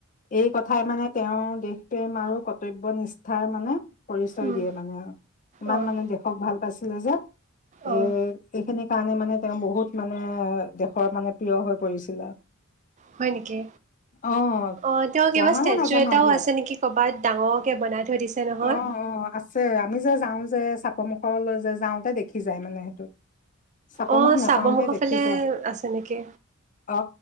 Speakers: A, on the left; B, on the right.
A: এই কথাই মানে তেওঁৰ দেশ প্ৰেম আৰু কৰ্তব্য নিচিনা কথাৰ মানে পৰিচয়
B: উম,
A: দিয়ে মানে ইমান
B: অ',
A: মানে দেশক ভাল পাইছিলে যে এ
B: অ'।
A: এইখিনি কাৰণে মানে তেওঁ বহুত মানে দেশৰ মানে প্ৰিয় হৈ পৰিছিলে
B: হয় নেকি
A: অ
B: অ তেওঁ কিবা
A: জানানে
B: ষ্টেচু
A: নাজানা
B: এটাও
A: এইবিলাক
B: আছে নেকি কৰবাত ডাঙৰকে বনাই থৈ দিছে নহয়।
A: অ অ আছে আমি যাই যাওঁ যে চাপৰ মুখৰলৈ যে যাওঁতে দেখি যায় মানে সেইটো চাপমুখ
B: অ',
A: নাপাওতে
B: চাবমুখৰ
A: দেখি
B: ফালে
A: যায়
B: আছে নেকি?
A: অ অ